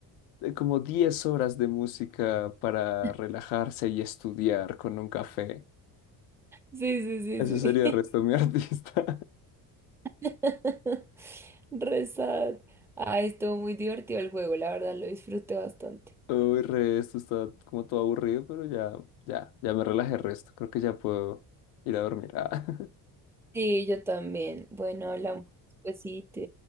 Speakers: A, on the left; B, in the centre.
A: eh, como 10 horas de música para
B: <laughs>
A: relajarse y estudiar con un café.
B: Sí, sí, sí,
A: Ese sería
B: sí.
A: el Resto de mi <laughs> artista.
B: <laughs> Re sad. Ay, estuvo muy divertido el juego, la verdad lo disfruté bastante.
A: Uy, Resto está como todo aburrido, pero ya, ya, ya me relajé el Resto. Creo que ya puedo ir a dormir. Ah. <laughs>
B: Sí, yo también. Bueno, hablamos despuesito.